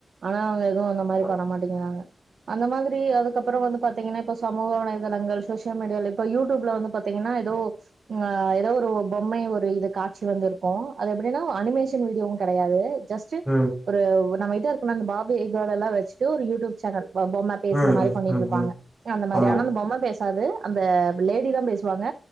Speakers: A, on the right; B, in the centre.
A: ஆனா அவ்ங்க தொ அந்த
B: தோழி.
A: மாரி ப பண்ணமாட்டேங்கிறாங்க அந்த மாதிரி அதுக்கப்புறோ வந்து பாத்தீங்கன்னா இப்ப சமூக வலைதளங்கள் சோசியல் மீடியால இப்ப யூடியூப்ல வந்து பாத்தீங்கன்னா ஏதோ ஆ ஏதோ ஒரு பொம்மைய ஒரு இது காட்சி வந்திருக்கு அது எப்டினா அனிமேஷன் வீடியோஉ கெடையாதெ ஜஸ்டு
B: ம்
A: ஒரு ஒர் நம்மக்கிட்ட இருக்குமே அந்த பார்பி கேள்ல்லா வச்சுட்டு ஒரு யூடியூப் சேனல் பொ பொம்ம பேசுற
B: ம்
A: மாரி
B: ம்
A: பண்ணிட்டு
B: ம்
A: இருப்பாங்க
B: ம்
A: அந்த மாரி
B: ஆமா
A: ஆனா அந்த பொம்ம பேசாது அந்த லேடி தா பேசுவாங்க